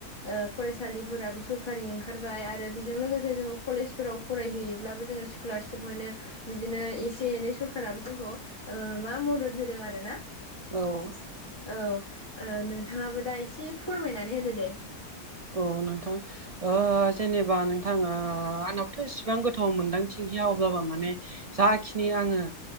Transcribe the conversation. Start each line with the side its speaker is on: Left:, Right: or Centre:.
Left: ओ फरायसालिफोराबो स खारि ओंखारबाय आरो बेजों लोगोसे जोङो कलेजफोराव फरायहैयोब्लाबो जोङो स्क'लारसिफ मोनो बिदिनो एसे एनै सरखाराबो जोंखौ ओ मा मदद होदों आरो ना?
Right: औ।
Left: औ ओ नोंथाङाबो दा एसे फोरमायनानै होदो दे।
Right: औ नोंथां। जेनेबा नोंथाङा ।आंनावबोथ' एसिबां गोथौ मोनदांथि गैया अब्लाबो माने जाखिनि आङो